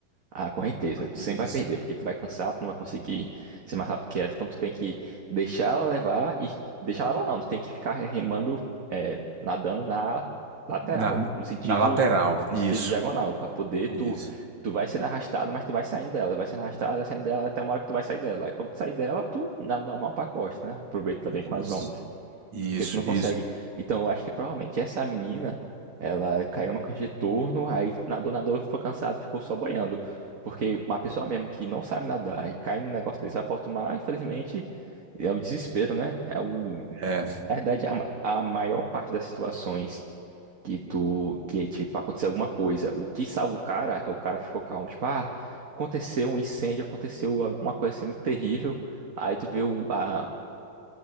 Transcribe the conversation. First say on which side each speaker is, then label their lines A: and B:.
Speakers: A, on the right; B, on the right.
A: a correnteza. Tu
B: Isso.
A: sempre vai perder, porque tu vai cansar, tu não vai conseguir ser mais rápido que ela. Então tu tem que deixar ela levar e deixar ela levar não. Tu tem que ficar remando, é, nadando na lateral,
B: Na,
A: no sentido,
B: na lateral.
A: no
B: Isso.
A: sentido diagonal, para poder
B: Isso.
A: tu tu vai sendo arrastado, mas tu vai saindo dela, vai sendo arrastado, vai saindo dela até uma hora que tu vai sair dela. Aí quando tu sair dela, tu nada normal pra costa, né? Aproveita também
B: Isso.
A: com as ondas.
B: Isso.
A: Porque tu não consegue.
B: Isso.
A: Então, eu acho que provavelmente essa menina, ela caiu no retorno, aí nadou, nadou, ficou cansada, ficou só boiando. Porque uma pessoa mesmo que não sabe nadar e cai num negócio desse, vai pra alto mar infelizmente, é o desespero, né? É o...
B: É.
A: Na verdade, a, ma- a maior parte das situações que tu, que, tipo, aconteceu alguma coisa, o que salva o cara é o cara ficou calmo. Tipo, ah, aconteceu um incêndio, aconteceu alguma coisa assim muito terrível. Aí tu vê o, a,